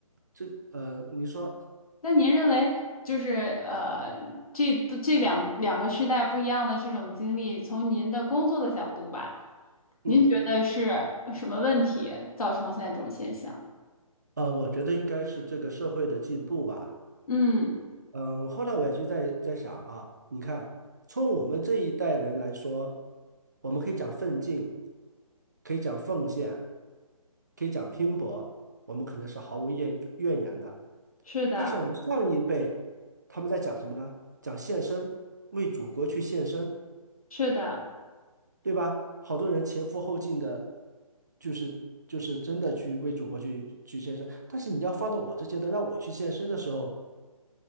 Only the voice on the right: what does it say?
这，呃，你说，
嗯，
呃，我觉得应该是这个社会的进步吧。
嗯，后来我也去在在想啊，你看，从我们这一代人来说，我们可以讲奋进，可以讲奉献，可以讲拼搏，我们可能是毫无怨怨言的。
但是我们上一辈，他们在讲什么呢？讲献身，为祖国去献身，
对吧？好多人前赴后继的，就是就是真的去为祖国去去献身。但是你要放到我这阶段，让我去献身的时候，